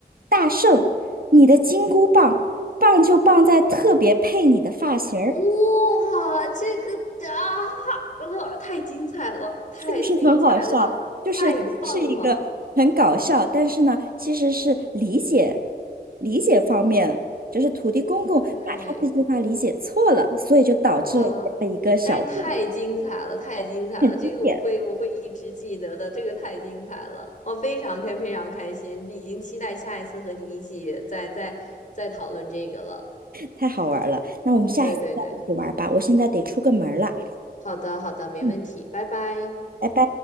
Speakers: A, on the right (about 60°); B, on the left (about 50°).
A: 大圣，你的金箍棒棒就棒在特别配你的发型儿。
B: 哇，这个啊，哇，太精彩了，太精彩了，
A: 是不是很好笑？就是其实是一个很搞笑，
B: 太棒了！
A: 但是呢，其实是理解理解方面，就是土地公公把他这句话理解错了，
B: 对。
A: 所以就导致了这样一个小故
B: 哇，但是太精彩了，太精彩了！
A: 事，
B: 这个我会，我会一直记得的。这个太精彩了，我非常开，非常开心，已经期待下一次和你一起再再再讨论这个了。
A: 太好玩了。那我们下一次再一起玩吧，
B: 对对对，
A: 我现在得出个门儿了，
B: 好的好的，没问题，
A: 嗯，
B: 拜拜。
A: 拜拜。